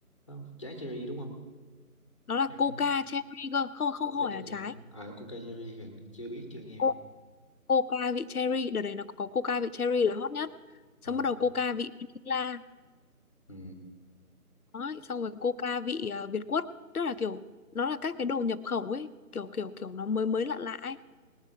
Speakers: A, on the left (about 20°); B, on the left (about 70°).
A: không? trái cherry đúng không
B: nó là
A: Hãng
B: Coca Cherry cơ không không
A: Coca
B: không phải
A: cherry
B: là trái
A: à Coca cherry thì anh chưa biết chưa nghe
B: Co- Coca vị Cherry đợt đấy nó có Coca vị Cherry là hot nhất xong
A: à
B: bắt đầu Coca vị Vanilla
A: ừ
B: Đấy, xong rồi Coca vị à, Việt Quất tức là kiểu nó là các cái đồ nhập khẩu ấy kiểu kiểu kiểu nó mới mới lạ lạ ấy